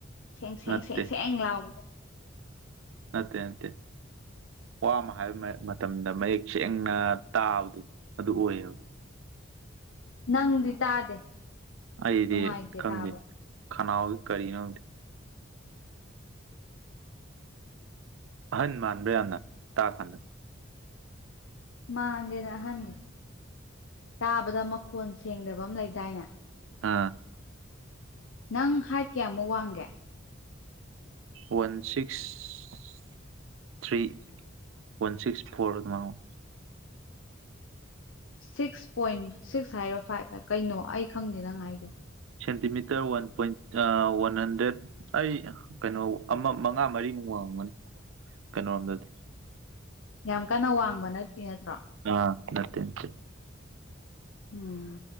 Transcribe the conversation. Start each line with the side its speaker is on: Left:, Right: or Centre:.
Left: ꯁꯦꯡ ꯁꯦꯡ
Right: ꯅꯠꯇꯦ
Left: ꯁꯦꯡ ꯁꯦꯡ ꯂꯥꯎꯕꯗ
Right: ꯃꯠꯇꯦ ꯑꯠꯇꯦ ꯋꯥ ꯑꯃ ꯍꯥꯏꯕ ꯃꯇꯝꯗ ꯃꯌꯦꯛ ꯁꯦꯡꯅ ꯇꯥꯕꯗꯤ ꯑꯗꯨ ꯑꯣꯏꯌꯦꯕ
Left: ꯅꯪꯗꯤ ꯇꯥꯗꯦ
Right: ꯑꯩꯗꯤ
Left: ꯅꯨꯡꯉꯥꯏꯇꯦ
Right: ꯈꯪꯗꯦ
Left: ꯇꯥꯕ
Right: ꯈꯅꯥꯎꯁ ꯀꯔꯤꯅꯣꯗꯦ ꯑꯍꯟ ꯃꯥꯟꯕ ꯌꯥꯝꯅ ꯇꯥꯛꯀꯥꯟꯗ
Left: ꯃꯥꯟꯗꯦꯗ ꯑꯍꯟꯗꯤ ꯇꯥꯕꯗ ꯃꯈꯣꯟ ꯁꯦꯡꯗꯕ ꯑꯃ ꯂꯩꯗꯥꯏꯅꯦ
Right: ꯑꯥ
Left: ꯅꯪ ꯍꯥꯏꯠ ꯀꯌꯥꯃꯨꯛ ꯋꯥꯡꯒꯦ
Right: one six three one six four ꯑꯗꯨꯃꯥꯏꯉꫭ
Left: ꯁꯤꯛꯁ ꯄꯣꯏꯟ ꯁꯤꯛꯁ ꯍꯥꯏꯔꯣ ꯐꯥꯏꯚ ꯍꯥꯏ ꯀꯩꯅꯣ ꯑꯩ ꯈꯪꯗꯦ ꯅꯪ ꯍꯥꯏꯗꯣ
Right: centimetre one point one hundred ꯑꯩ ꯀꯩꯅꯣ ꯑꯃ ꯃꯉꯥ ꯃꯔꯤꯃꯨꯛ ꯋꯥꯡꯒꯅꯤ ꯀꯩꯅꯣꯗꯗꯤ
Left: ꯌꯥꯝ ꯀꯟꯅ ꯋꯥꯡꯕ ꯅꯠꯇꯦ ꯅꯠꯇ꯭ꯔꯣ
Right: ꯑ ꯅꯠꯇꯦ ꯅꯠꯇꯦ
Left: ꯎꯝ